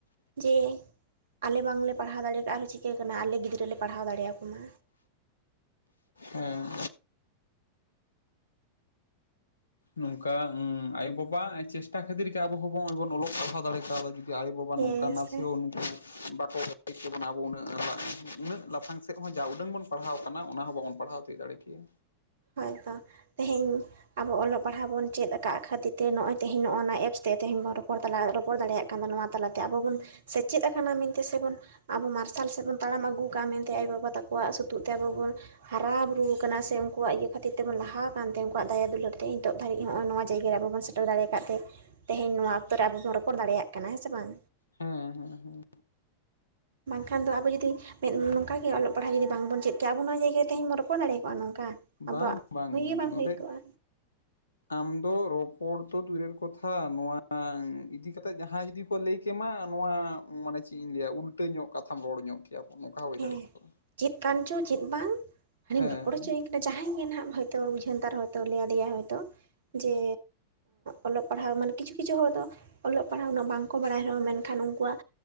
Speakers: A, on the right; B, on the left.
A: ᱡᱮ, ᱟᱞᱮ ᱵᱟᱝᱞᱮ ᱯᱟᱲᱦᱟᱣ ᱫᱟᱲᱮᱭᱟᱠᱟᱜᱼᱟ ᱟᱨᱦᱚᱸ ᱪᱤᱠᱟᱹ ᱠᱟᱱᱟ ᱟᱞᱮ ᱜᱤᱫᱽᱨᱟᱹᱞᱮ ᱯᱟᱲᱦᱟᱣ ᱫᱟᱲᱮᱭᱟᱠᱚ ᱢᱟ᱾
B: ᱦᱮᱸ ᱱᱚᱝᱠᱟ ᱦᱚᱸ ᱟᱭᱳ ᱵᱟᱵᱟ-ᱟᱜ ᱪᱮᱥᱴᱟ ᱠᱷᱟᱹᱛᱤᱨ ᱜᱮ ᱟᱵᱚ ᱦᱚᱸᱵᱚᱱ ᱱᱚᱜᱼᱚᱭ ᱵᱚᱱ ᱚᱞᱚᱜ ᱯᱟᱲᱦᱟᱣ ᱫᱟᱲᱮ ᱠᱟᱣᱫᱟ᱾ ᱟᱭᱳ ᱵᱟᱵᱟ
A: ᱦᱮᱸ
B: ᱱᱚᱝᱠᱟ ᱱᱟᱥᱮᱭᱳ
A: ᱥᱮ
B: ᱩᱱᱠᱩ ᱵᱟᱠᱚ <unintelligible> ᱵᱚᱱᱟ ᱟᱵᱚ ᱩᱱᱟᱹᱜ ᱩᱱᱟᱹᱜ ᱞᱟᱯᱷᱟᱝ ᱥᱮᱫ ᱦᱚᱸ ᱡᱟ ᱩᱰᱟᱹᱝ ᱵᱚᱱ ᱯᱟᱲᱦᱟᱣ ᱠᱟᱱᱟ ᱚᱱᱟ ᱦᱚᱸ ᱵᱟᱵᱚᱱ ᱯᱟᱲᱦᱟᱣ ᱫᱟᱲᱮ ᱠᱮᱭᱟ᱾
A: ᱦᱳᱭ ᱛᱚ ᱛᱮᱦᱮᱧ, ᱟᱵᱚ ᱚᱞᱚᱜ ᱯᱟᱲᱦᱟᱣ ᱵᱚᱱ ᱪᱮᱫ ᱟᱠᱟᱫ ᱠᱷᱟᱹᱛᱤᱨ ᱛᱮ ᱱᱚᱜᱼᱚᱭ ᱛᱮᱦᱮᱧ ᱱᱚᱜᱼᱚ ᱱᱟ ᱮᱯᱥ ᱛᱮᱦᱮᱧ ᱵᱚᱱ ᱨᱚᱯᱚᱲ ᱨᱚᱯᱚᱲ ᱫᱮᱭᱟᱜ ᱠᱟᱱᱟ᱾ ᱠᱟᱱ ᱱᱚᱣᱟ ᱛᱟᱞᱟᱛᱮ ᱟᱵᱚ ᱵᱚᱱ ᱥᱮᱪᱮᱫ ᱠᱟᱱᱟ ᱢᱮᱱᱛᱮ ᱥᱮᱵᱚᱱ, ᱟᱵᱚ ᱢᱟᱨᱥᱟᱞ ᱥᱮᱫ ᱵᱚᱱ ᱛᱟᱲᱟᱢ ᱟᱹᱜᱩ ᱠᱟᱜᱼᱟ ᱢᱮᱱᱛᱮ ᱟᱭᱳᱼᱵᱟᱵᱟ ᱛᱟᱠᱚᱣᱟᱜ ᱥᱩᱛᱩᱳᱜ ᱛᱮ ᱟᱵᱚ ᱵᱚᱱ, ᱦᱟᱨᱟ ᱵᱩᱨᱩ ᱠᱟᱱᱟ ᱥᱮ? ᱩᱱᱠᱩᱣᱟᱜ ᱤᱭᱟᱹ ᱠᱷᱟᱹᱛᱤᱨ ᱛᱮᱵᱚᱱ ᱞᱟᱦᱟ ᱠᱟᱱᱛᱮ ᱩᱱᱠᱩᱣᱟᱜ ᱫᱟᱭᱟ ᱫᱩᱞᱟᱹᱲ ᱛᱮ ᱱᱤᱛᱚᱜ ᱫᱷᱟᱹᱨᱤᱡ ᱦᱚᱸᱜᱼᱚᱭ ᱱᱚᱣᱟ ᱡᱟᱭᱜᱟ ᱨᱮ ᱟᱵᱚ ᱵᱚᱱ ᱥᱮᱴᱮᱨ ᱫᱟᱲᱮ ᱠᱟᱫ ᱛᱮ, ᱛᱮᱦᱮᱧ ᱱᱚᱣᱟ ᱚᱠᱛᱚ ᱨᱮ ᱟᱵᱚ ᱵᱚᱱ ᱨᱚᱚᱲ ᱫᱟᱲᱮᱭᱟᱜ ᱠᱟᱱᱟ ᱦᱮᱸ ᱥᱮ ᱵᱟᱝ?
B: ᱦᱮᱸ ᱦᱮᱸ ᱦᱮᱸ,
A: ᱵᱟᱝᱠᱷᱟᱱ ᱫᱚ ᱟᱵᱚ ᱡᱩᱫᱤ, ᱢᱮᱫ ᱱᱚᱝᱠᱟ ᱜᱮ ᱚᱞᱚᱜ ᱯᱟᱲᱦᱟᱜ ᱡᱩᱫᱤ ᱵᱟᱝᱵᱚᱱ ᱪᱮᱫ ᱠᱮᱭᱟ ᱟᱵᱚ ᱱᱚᱣᱟ ᱡᱟᱭᱜᱟ ᱨᱮ ᱛᱮᱦᱮᱧ ᱵ ᱨᱚᱯᱚᱲ ᱫᱟᱲᱮ ᱠᱚᱜᱣᱟ ᱱᱚᱝᱠᱟ? ᱟᱵᱚᱣᱟᱜ
B: ᱵᱟᱝ ᱵᱟᱝ
A: ᱦᱩᱭ ᱜᱮ
B: ᱱᱚᱸᱰᱮ
A: ᱦᱩᱭ ᱠᱚᱜᱼᱟ
B: ᱟᱢ ᱫᱚ ᱨᱚᱯᱚᱲ ᱛᱚ ᱫᱩᱨᱮᱨ ᱠᱚᱛᱷᱟ ᱱᱚᱣᱟ ᱤᱫᱤ ᱠᱟᱛᱮᱜ ᱡᱟᱦᱟᱸᱭ ᱡᱩᱫᱤ ᱠᱚ ᱞᱟᱹᱭ ᱠᱮ ᱢᱟ ᱱᱚᱣᱟ ᱢᱟᱱᱮ ᱪᱮᱫ ᱤᱧ ᱞᱟᱹᱭᱟ ᱩᱞᱴᱟᱹ ᱧᱚᱜ ᱠᱟᱛᱷᱟᱢ ᱨᱚᱲ ᱧᱚᱜ ᱠᱮᱭᱟ ᱱᱚᱝᱠᱟ ᱦᱚᱸ ᱦᱩᱭ
A: ᱦᱮᱸ
B: ᱫᱟᱲᱮ ᱠᱚᱣᱟ᱾
A: ᱪᱮᱫ ᱠᱟᱱ ᱪᱚ ᱪᱮᱫ ᱵᱟᱝ ᱦᱟᱹᱱᱤᱢ
B: ᱦᱮᱸ
A: ᱨᱚᱯᱚᱲ
B: ᱦᱮᱸ
A: ᱚᱪᱚᱭᱮ ᱡᱟᱦᱟᱸᱭ ᱜᱮ ᱱᱟᱦᱟᱸᱜ ᱦᱚᱭᱛᱳ ᱵᱩᱡᱷᱟᱹᱱ ᱛᱟᱨ ᱦᱚᱭᱛ ᱞᱟᱹᱭ ᱟᱫᱮᱟᱭ ᱦᱚᱭᱛᱳ ᱡᱮ ᱚᱞᱚᱜ ᱯᱟᱲᱦᱟᱜ ᱢᱟᱱᱮ ᱠᱤᱪᱷᱩ ᱠᱤᱪᱷᱩ ᱦᱚᱲ ᱫᱚ ᱚᱞᱚᱜ ᱯᱟᱲᱦᱟᱣ ᱩᱱᱟᱹᱜ ᱵᱟᱝᱠᱚ ᱵᱟᱲᱟᱭ ᱨᱮᱦᱚᱸ ᱢᱮᱱᱠᱷᱟᱱ ᱩᱱᱠᱩᱣᱟᱜ